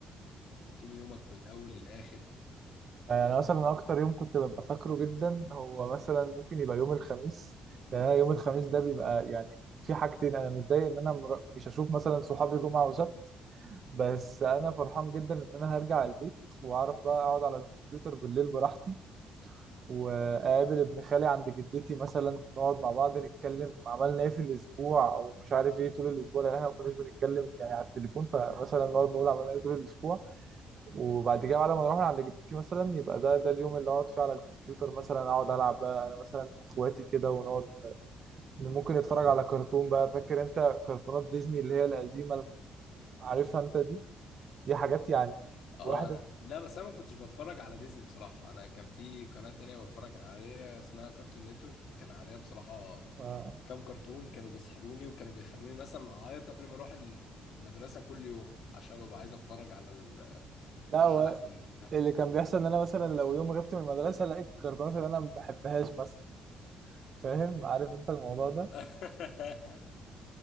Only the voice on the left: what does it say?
روتين يومك من الاول للاخر
اه
انا لا بس انا ما كنتش بتفرج على ديزني بصراحة انا كان في قناة تانية بتفرج عليها اسمها كارتون نتورك كان عليها بصراحة
كام كرتون كانوا بيسحلوني وكانوا بيخلوني مثلا اعيط قبل ما اروح ال- المدرسة كل يوم عشان ببقى عايز اتفرج على ال-
الحلقة
كلها
<laughs>